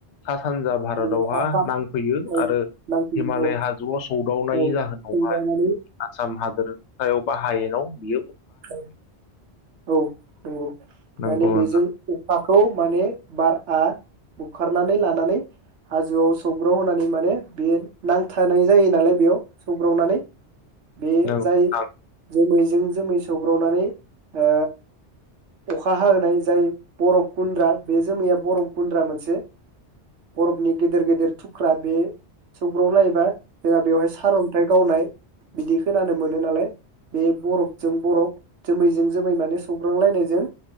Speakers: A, on the left; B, on the right.
A: सा सानजा भारतावहा
B: बे आसाम
A: नांफैयो
B: औ
A: आरो
B: नांफैयो
A: हिमालय हाजोआव सौदावनायनि
B: औ
A: जाहोनावहाय
B: फैलायनानै
A: आसाम हादोरयाव बा हायेनाव बियो
B: औ औ नोंगौ माने
A: नंगौ नोंथां
B: बेजों अखाखौ माने बारआ बुखारनानै लानानै हाजोआव सौग्राव होनानै माने बे नांथारनाय जायो नालाय बेयाव सौग्रावनानै बे
A: नंगौ नोंथां
B: जाय जोमै जों जोमै सो सौग्रावनानै ओ अखा हाहोनाय जाय बरफ गुन्द्रा बे जोमैया बरफ गुन्द्रा मोनसे बरफनि गेदेर गेदेर थुख्रा बे सौग्रावलायोबा जोंहा बेवहाय सारन्थाइ गावनाय बिदि खोनानो मोनो नालाय बे बरफजों बरफ जोमैजों जोमै माने सौग्रांलायनायजों